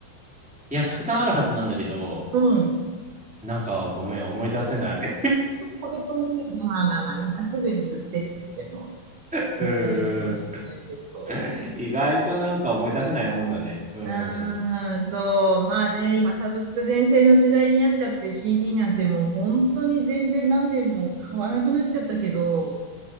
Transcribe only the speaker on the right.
うん。
これという、まあまあまあ、今すぐに言ってって言っても
難しいかもしれないけど。
うーん、そう。まあね、今サブスク全盛の時代になっちゃって CD なんてもう本当に全然何でも買わなくなっちゃったけど、